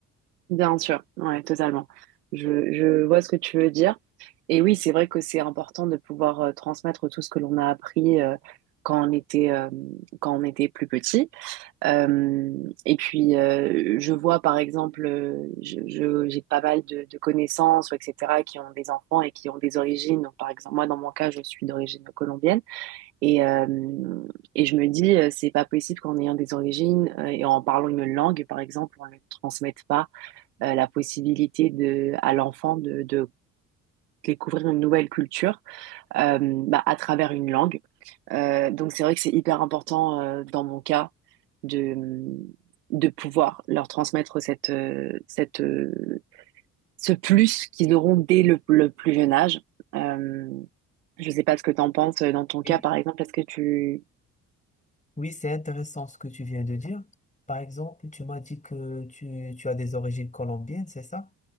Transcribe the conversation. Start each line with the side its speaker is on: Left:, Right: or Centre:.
Right: Bien sûr, ouais, totalement. Je, je vois ce que tu veux dire. Et oui, c'est vrai que c'est important de pouvoir euh, transmettre tout ce que l'on a appris euh, quand on était, euh, quand on était plus petit. Euh, et puis, euh, je vois par exemple, euh, je, je- j'ai pas mal de, de connaissances, ou etc., qui ont des enfants et qui ont des origines. Donc, par exemple, moi, dans mon cas, je suis d'origine colombienne. Et, euh, et je me dis, euh, c'est pas possible qu'en ayant des origines euh, et en parlant une langue, par exemple, on ne le transmette pas euh, la possibilité de, à l'enfant de, de découvrir une nouvelle culture euh, bah, à travers une langue. Euh, donc c'est vrai que c'est hyper important euh, dans mon cas de, de pouvoir leur transmettre cette, euh, cette, euh, ce plus qu'ils auront dès le, le plus jeune âge. Euh, je sais pas ce que tu en penses euh, dans ton cas,
Left: Et
Right: par exemple. Est-ce que tu...
Left: oui, c'est intéressant ce que tu viens de dire. Par exemple, tu m'as dit que tu, tu as des origines colombiennes, c'est ça?